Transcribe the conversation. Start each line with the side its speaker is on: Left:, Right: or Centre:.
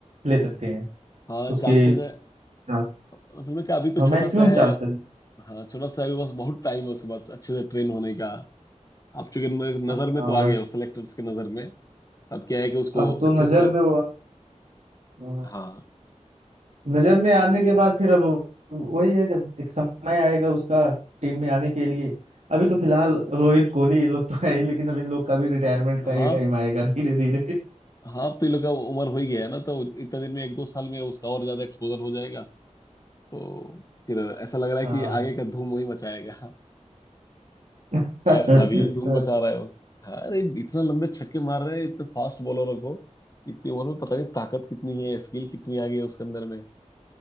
Right: ले सकते हैं
Left: हाँ
Right: उसके
Left: चांसेस है
Right: चांस
Left: असल में क्या अभी तो छोटा
Right: मैक्सिमम
Left: सा है
Right: चांस है
Left: हाँ छोटा सा है बस बहुत टाइम है उसके पास अच्छे से ट्रेन होने का आप चूंकि न-
Right: और
Left: नजर में तो आ गया हो सेलेक्टर्स की नजर में अब क्या है कि उसको
Right: अब तो
Left: अच्छे
Right: नजर
Left: से
Right: में हुआ
Left: हाँ
Right: नजर में आने के बाद फिर अब वही है जब एक समय आएगा उसका टीम में आने के लिए अभी तो फिलहाल रोहित कोहली ये लोग तो है ही लेकिन अब इन लोग का भी रिटायरमेंट का
Left: हाँ
Right: ही टाइम आएगा धीरे धीरे
Left: हाँ अब तो ये लोग का उम्र हो ही गया है ना तो इतना दिन में एक दो साल में उसका और ज्यादा एक्सपोजर हो जाएगा तो फिर ऐसा लग रहा है
Right: हाँ
Left: कि आगे का धूम वही मचाएगा
Right: <laughs>
Left: अ- अभी धूम मचा रहे हो हाँ अरे इतना लंबे छक्के मार रहे हैं इतने फास्ट बॉलरों को इतनी उम्र में पता नहीं ताकत कितनी है स्किल कितनी आ गई है उसके अंदर में